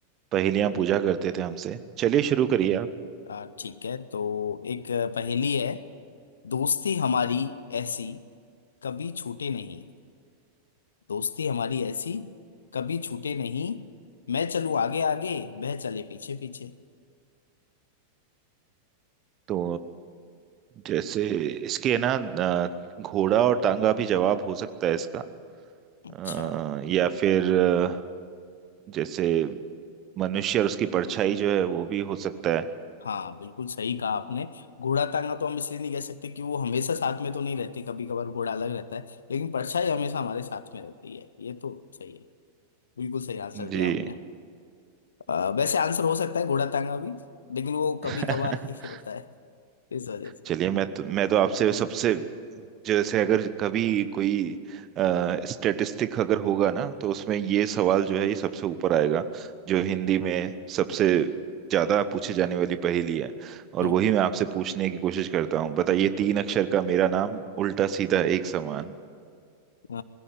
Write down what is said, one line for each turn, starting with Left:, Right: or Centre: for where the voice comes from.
Right: पहेलियां पूछा करते थे हमसे चलिए शुरू करिए आप
Left: आ, ठीक है तो एक पहेली है दोस्ती हमारी ऐसी कभी छूटे नहीं दोस्ती हमारी ऐसी कभी छूटे नहीं मैं चलूं आगे आगे वह चले पीछे पीछे
Right: तो जैसे इसके ना अ, घोड़ा और टांगा भी जवाब हो सकता है इसका
Left: अच्छा
Right: अ, या फिर अ, जैसे मनुष्य और उसकी परछाई जो है वो भी हो सकता है
Left: हाँ बिल्कुल सही कहा आपने घोड़ा टांगा तो हम इसलिए नहीं कह सकते कि वो हमेशा साथ में तो नहीं रहते कभी कभार घोड़ा अलग रहता है लेकिन परछाई हमेशा हमारे साथ में रहती है ये तो सही है बिल्कुल सही आंसर
Right: जी
Left: दिया आपने अ, वैसे आंसर हो सकता है घोड़ा टांगा भी लेकिन वो
Right: <laughs>
Left: कभी कभार ही होता है इस वजह से
Right: चलिए मैं तो मैं तो आपसे सबसे जैसे अगर कभी कोई स्टेटिस्टिक अगर होगा ना तो उसमें ये सवाल जो है ये सबसे ऊपर आएगा जो हिंदी में सबसे ज्यादा पूछे जाने वाली पहेली है और
Left: हम्म
Right: वही मैं आपसे पूछने की कोशिश करता हूँ बताइए तीन अक्षर का मेरा नाम उल्टा सीधा एक समान
Left: अ,